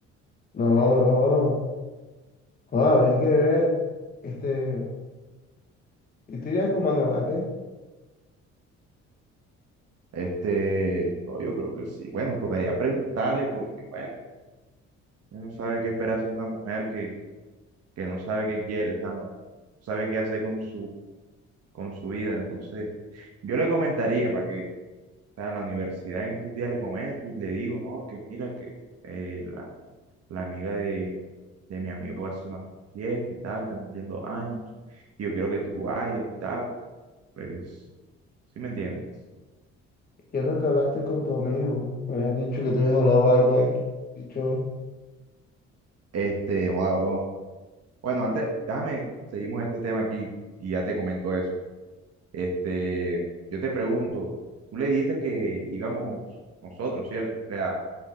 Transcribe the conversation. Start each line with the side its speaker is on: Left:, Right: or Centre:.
Left: No, bro, joder, habría que ver, este, y tú irías con Manuela, ¿qué?
Right: este, no, yo creo que sí. Bueno, tocaría preguntarle porque, bueno, uno no sabe qué esperarse de una mujer que, que no sabe qué quiere, o sea, no no sabe qué hacer con su, con su vida, entonces, yo le comentaría para que, o sea, en la universidad en estos días le comento y le digo, no, que mira, que... eh, la amiga de, de mi amigo va a hacer una fiesta y tal, está cumpliendo años, y yo quiero que tú vayas y tal, pues, ¿sí me entiendes?
Left: ¿Qué es lo que hablaste con tu amigo? Me habías dicho que tú habías hablado algo ahí, dicho...
Right: Este, joda, bro. Bueno, antes, déjame, seguimos este tema aquí y ya te comento eso. Este, yo te pregunto, tú le dijiste que íbamos nosotros, ¿cierto? O sea,